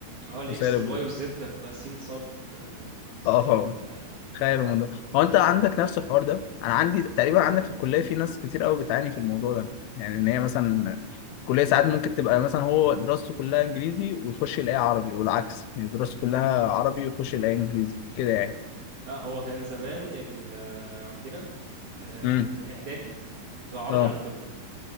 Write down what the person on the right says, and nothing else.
اه الاكس
والواي والزد هتبقى سين صاد آه، زال
حاجه كده
لا هو كان زمان ال... آه، عندنا آه،
كان اعدادي بتبقى عربي
على الكل